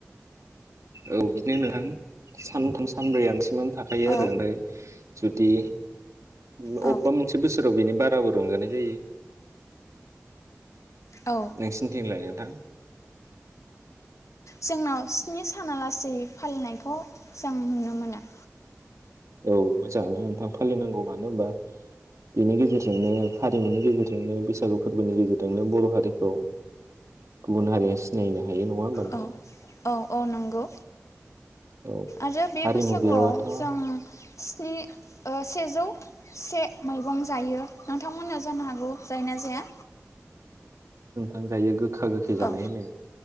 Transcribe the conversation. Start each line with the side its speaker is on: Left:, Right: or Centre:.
Right: औ बिदिनो नोंथां सानथाम सानब्रैया नों थाखायो
Left: औ
Right: आरो ओमफ्राय जुदि उ
Left: औ
Right: अबेबा मोनसे बोसो राव बिनि बाराबो रंजानाय जायो।
Left: औ
Right: नोंसिनिथिंलाय नों थां?
Left: जोंनाव स्नि सानालासै फालिनायखौ जों नुनो मोनो।
Right: औ मोजाङानो नोंथां फालिनांगौ मानो होनबा बेनि गेजेरजोंनो हारिमुनि गेजेरजोंनो बैसागु फोरबोनि गेजेरजोंनो बर' हारिखौ गुबुन हारिया सिनायनो हायो नङा होमबा नोंथां
Left: औ औ औ नंगौ
Right: औ
Left: आरो बे
Right: हारिमु
Left: बैसागुआव
Right: गैयाबाथ' औ
Left: जों स्नि ओ सेजौ से मैगं जायो। नोंथांमोननियाव जानो हागौ जायना जाया?
Right: आं जायो गो खा गोखै जानाय
Left: औ
Right: होनो